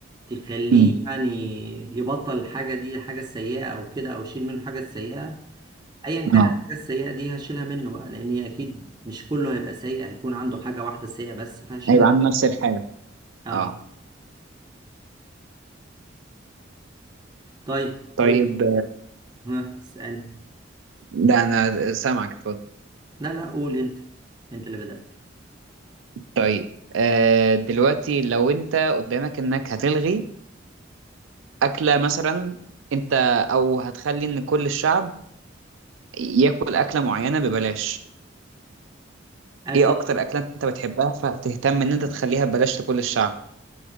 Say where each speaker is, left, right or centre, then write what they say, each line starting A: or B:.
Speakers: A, on the right; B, on the right.
A: تخليه
B: أمم.
A: يعني يبطل الحاجه دي الحاجه السيئه او كده او اشيل منه الحاجه السيئه ايا كانت
B: اه
A: الحاجه السيئه دي هشيلها منه بقى لان هي اكيد مش كله هيبقى سيء هيكون عنده حاجه واحده سيئه بس فهشيلها
B: هيبقى عن نفس الحاجة
A: اه
B: اه
A: طيب قول
B: طيب
A: لي ها اسالني
B: ده انا سامعك
A: لا لا قول انت انت اللي بدات
B: طيب آه دلوقتي لو انت قدامك انك هتلغي أكلة مثلا انت او هتخلي ان كل الشعب ياكل أكلة معينة ببلاش
A: اكل
B: ايه اكتر أكلة انت بتحبها فتهتم ان انت تخليها ببلاش لكل الشعب